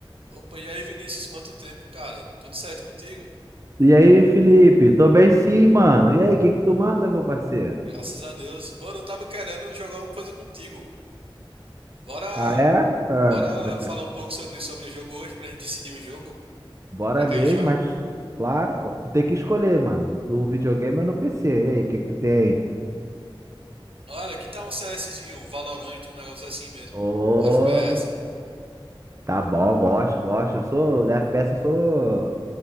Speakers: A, on the right; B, on the right.
A: Opa, e aí, Vinícius, quanto tempo, cara? Tudo certo contigo?
B: E aí, Felipe? Tô bem sim, mano. E aí, o que que tu manda, meu parceiro?
A: Graças a Deus. Mano, eu tava querendo jogar alguma coisa contigo. Bora,
B: Ah, é? Ah,
A: bora falar um pouco sobre sobre o jogo hoje pra gente decidir um jogo
B: Bora
A: pra que
B: mesmo,
A: a gente joga?
B: mas claro, pô. Tu tem que escolher, mano. Do videogame ou no PC. E aí, o que que tu tem aí?
A: Olha, que tal um CSzinho, um Valorant, um negócio assim mesmo.
B: Ô,
A: Um FPS.
B: tá bom, gosto, gosto. Eu sou, da FPS eu sou